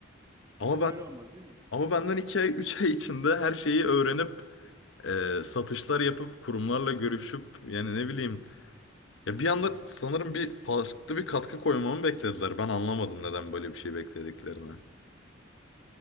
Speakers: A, on the left; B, on the right.
A: Ama
B: ama
A: ben
B: öyle olmaz değil mi?
A: ama benden 2 ay 3 ay içinde her şeyi öğrenip e, satışlar yapıp kurumlarla görüşüp yani ne bileyim ya bir anda sanırım bir farklı bir katkı koymamı beklediler. Ben anlamadım neden böyle bir şey beklediklerini.